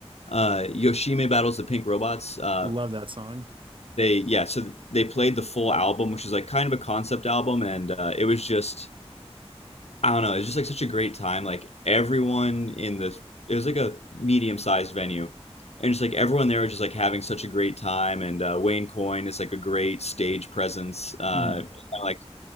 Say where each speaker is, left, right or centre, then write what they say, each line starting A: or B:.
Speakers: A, on the left; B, on the right.
A: Uh, Yoshime battles the Pink Robots. Uh,
B: love that song.
A: they yeah so they played the full album which is like kind of a concept album and uh, it was just i don't know it was just like such a great time like everyone in the it was like a medium sized venue and just like everyone there was just like having such a great time and uh, wayne coyne is like a great stage presence uh,
B: hmm
A: kinda, like